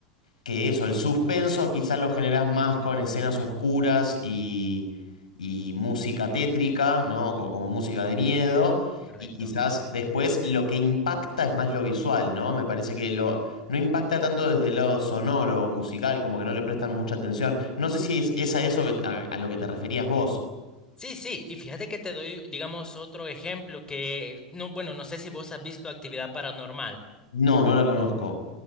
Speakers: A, on the left (about 85°); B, on the left (about 20°).
A: que eso, el suspenso quizá lo generás más con escenas oscuras y, y música tétrica, ¿no? Co- Como, música de miedo.
B: Correcto.
A: Y quizás después lo que impacta es más lo visual, ¿no? Me parece que lo, no impacta tanto desde el lado sonoro, musical, como que no le prestan mucha atención. No sé si es, es a eso que, a a lo que te referías vos.
B: Sí, sí, y fíjate que te doy, digamos, otro ejemplo que, no, bueno, no sé si vos has visto actividad paranormal.
A: No, no la conozco.